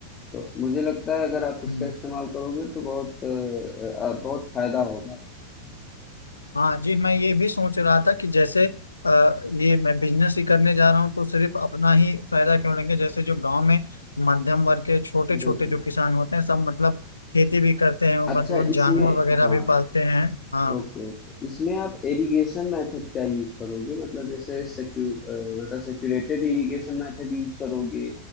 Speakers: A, on the left; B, on the left.
A: तो मुझे लगता है अगर आप इसका
B: हम्म,
A: इस्तेमाल करोगे तो बहुत अ अ, बहुत फायदा होगा।
B: हाँ जी मैं ये भी सोच रहा था कि जैसे अ, ये मैं बिजनेस ही करने जा रहा हूँ तो सिर्फ अपना ही फायदा क्यों लेंगे जैसे जो गांव में मध्यम वर्ग के छोटे छोटे
A: बिल्कुल।
B: जो किसान होते हैं सब मतलब खेती भी करते हैं वो
A: अच्छा
B: मतलब जानवर
A: इसमें
B: वगैरह
A: हाँ।
B: भी पालते हैं हाँ
A: ओके ओके इसमें आप इरिगेशन मेथड क्या यूज करोगे मतलब जैसे सेचु अ, मतलब सेचुरेटेड इरिगेशन मेथड यूज करोगे